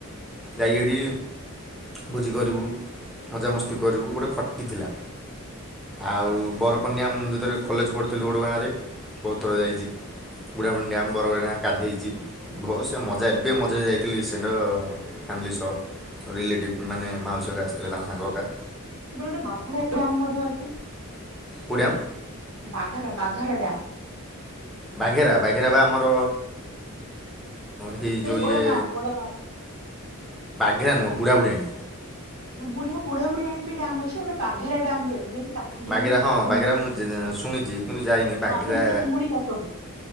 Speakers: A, in the centre; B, on the right.
A: ଯାଇକି ହେଟି ଭୋଜି କରିବୁ ମଜାମସ୍ତି କରିବୁ ଗୋଟିେ ଖଟି ଥିଲା। ଆଉ ବରକନ୍ୟା ମୁ ଯେତେବେଳେ କଲେଜ୍ ପଢଥିଲୁ ଗୋଡ଼ ଗାଁରେ ବହୁତ ଥର ଯାଇଛି। ବୁଢା ମୁଣ୍ଡିଆ ବରଗ ଗାଧେଇଛି ବହୁତ ସେ ମଜା ଏବେ ମଜା ଯାଇଥିଲି ସେଣ୍ଡ ଫ୍ୟାମିଲି ସହ ରିଲେଟିଭ୍ ମାନେ ମାଉସୀ ହରିକା ଆସିଥିଲେ ତାଙ୍କ ସାଙ୍ଗ ହରିକା।
B: ତାପରେ ଗୋଟେ ବାଧାଡେ ଥିଲା ଆମଆଡ଼େ ଅଛି।
A: କୋଉ ଡ୍ୟାମ୍?
B: ବାଘାରା ବାଘାରା ଡ୍ୟମ୍?
A: ବାଘେରା ବାଘେରା ବା ଆମର ହେଇ
B: ନାଇଁ
A: ଯେଉଁ
B: ଓଡ଼ଗା
A: ଇଏ
B: ଓଡ଼ଗା।
A: ହେ ନୁବୁଡ଼ା ବୁଡେଇନୁ।
B: ବୁଢିଆ ବୁଢା ବୁଢିଆଣି ବି ଡ୍ୟାମ୍ ଅଛି। ଗୋଟେ ବାଘେରା ଡ୍ୟାମ୍ ବି ଅଛି ସେଠି ଚାଷ ଯୋଉମାନେ
A: ବାଘିରା ହଁ
B: ଏମିତି
A: ବାଘେରା ମୁଁ ଶୁଣିଚି କିନ୍ତୁ ଯାଇନି ବାଘିରା
B: ହଁ ସେଠି ଚିଙ୍ଗୁଡି ଚାଷ ହୁଏ